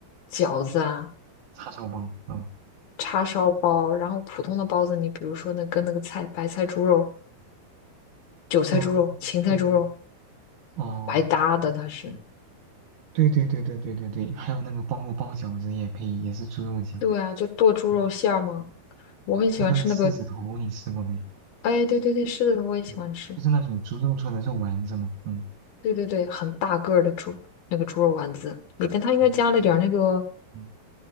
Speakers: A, on the left (about 75°); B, on the right (about 65°).
A: 饺子啊。
B: 叉烧包，嗯，
A: 叉烧包，然后普通的包子，你比如说那跟那个菜，白菜猪肉、韭菜猪肉、
B: 哦，
A: 芹菜猪肉
B: 对对对，哦，
A: 白搭的，它是。
B: 对对对对对对对，还有那个包括包饺子也配，也是猪肉饺，
A: 对啊，就剁猪肉馅儿嘛。
B: 嗯，
A: 我很喜欢吃那个，
B: 还有那个狮子头，你吃过没？
A: 哎，对对对，是的，我也喜欢吃。
B: 对，就是那种猪肉做的肉丸子嘛，嗯，
A: 对对对，很大个儿的猪，那个猪肉丸子里边它应该加了点儿那个
B: 嗯，看起来嗯